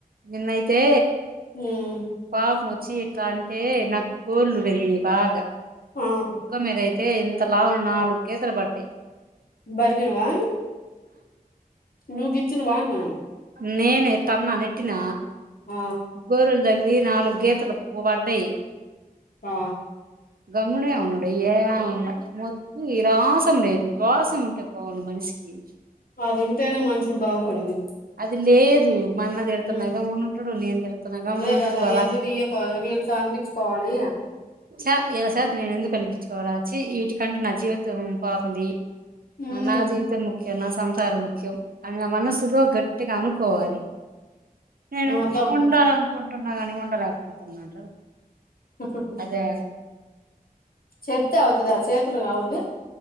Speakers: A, on the right; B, on the left.
A: నిన్నయితే
B: ఉమ్
A: పాపం వచ్చి ఇట్ల అంటే నాకు గోర్లు పెరినయ్ బాగా
B: ఆ
A: బుగ్గ మీదయితే అయితే ఇంత లావ్ నాలుగు గీతలు పడ్డయి
B: బరిగిన్వా? నువ్ గిచ్చిన వాన్ని
A: నేనె తన్న నెట్టిన
B: ఆ
A: గోరున్ తగినై నాలుగు గీతలు పడ్డై
B: ఆ
A: గమ్మునె ఉన్నడు ఏం ఆన్ల మొద్దు రోషం లేదు రోషం ఉంటె బాగుండు మనిష్ ష్ ఏం
B: అదింటేనే మనుషులు బాగుపడేది.
A: అది లేదు మా అన్న తిడుతున్న
B: ఉమ్
A: గమ్మునె ఉంటడు నేను తిడుతున్న గమ్మునె
B: అదే
A: ఉంటడు
B: కదా
A: అల
B: ఎందుకు ఈ ప వీళ్ళతో అనిపించుకోవాలి
A: ఛ ఇల శేతన నేను ఎందుకు అనిపించుకోవాల చ్చి ఈటికంటె నా జీవితం పోతుంది.
B: హ్మ్
A: నా జీవితం ముఖ్యం నాస్ సంసారం ముఖ్యం అని నా మనస్సులో గట్టిగా అనుకోవాలి. నేను
B: మొత్తం
A: ఉండాలనుకుంటున్న కాని ఉండలేకపోతున్నాను
B: ఒహొ హో
A: అదే
B: చెప్తే అవుతదా చేతులు రావద్దు